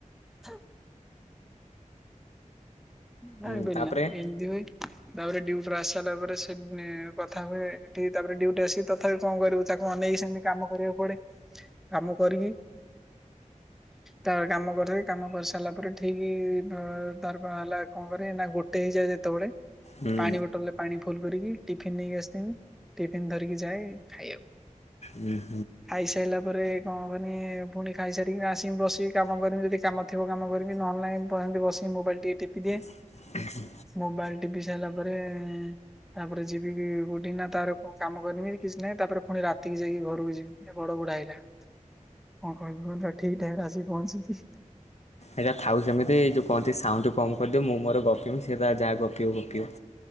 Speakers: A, in the centre; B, on the left.
A: <unintelligible> ଜାଣି
B: ହୁଁ
A: ପାଇଲ
B: ତାପରେ ହୁଁ
A: ଏମତି ହଉଚି ତାପରେ ଡ୍ୟୁଟିରୁ ଆସି ସାରିଲା ପରେ ସେ ମେଁ କଥା ହୁଏ, ଏଠି ତାପରେ ଡୁଟି ଆସିକି ତଥାପି କଣ କରିବୁ ତା କୁ ଅନେଇକି ସେମିତି କାମ କରିବାକୁ ପଡେ, କାମ କରିକି ତାପରେ କାମ କରିି କାମ କରିସାରିଲା ପରେ ଠିକ ତାର ହେଲା କଣ କରିବି ନା ଗୋଟେ ହେଇଯାଏ ଯେତେବେଳେ
B: ହୁଁ
A: ପାଣି ବୋଟଲ ରେ ପାଣି ଫୁଲ କରିବି ଟିଫିନ ନେଇକି ଆସଥିମି ଟିଫିନ ଧରିକି ଯାଏ ଖାଇଆକୁ।
B: ଉଁ।
A: ଖାଇ ସାଇଲା ପରେ କଣ କରନି ପୁଣି ଖାଇ ସାରିକି ଆସିମି ବସିବି କାମ କରମି ଯଦି କାମ ଥିବ କାମ କରିବି ନହେଲେ ନାଇଁ ସେମତି ବସିକି ମୋବାଇଲ ଟିକେ ଟିପି ଦିଏ।
B: ହୁଁ ହୁଁ
A: ମୋବାଇଲ ଟିପି ସାଇଲା ପରେ ତାପରେ ଯିବି କୋଉଠି କି ନା ତାର କଣ କାମ କରିମି କିଛି ନାହିଁ, ତାପରେ ପୁଣି ରାତିକି ଯାଇକି ଘରକୁ ଯିବି। ବଡ ବୁଢ଼ା ଆଇଲା କଣ କହିବୁ କହିଲୁ ସେ ଠିକ ଟାଇମରେ ଆସିିକି ପହଞ୍ଚିଛି।
B: ଏଇଟା ଥାଉ ସେମିତି ଯୋଉ କହୁଚି ସାଉଣ୍ଡ କମୁ। କରିଦିଅ ମୁଁ ମୋର ଗପିମି, ସେ ତାର ଯାହା ଗପି ହେଉ ଗପି ହେଉ।